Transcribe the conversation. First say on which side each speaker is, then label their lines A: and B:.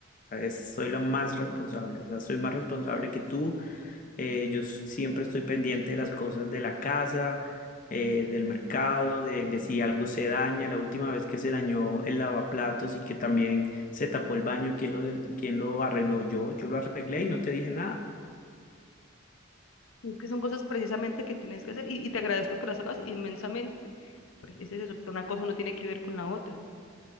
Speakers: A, on the left (about 40°); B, on the left (about 80°).
A: Es- soy la más responsable. O sea, soy más responsable que tú Eh, yo s- siempre estoy pendiente de las cosas de la casa, eh, del mercado, de, de si algo se daña. La última vez que se dañó el lavaplatos y que también se tapó el baño, ¿quién lo, quién lo arregló? Yo, yo lo arreglé y no te dije nada.
B: Es que son cosas precisamente que tienes que hacer y, y te agradezco que las hagas inmensamente, porque es eso, pero una cosa no tiene que ver con la otra.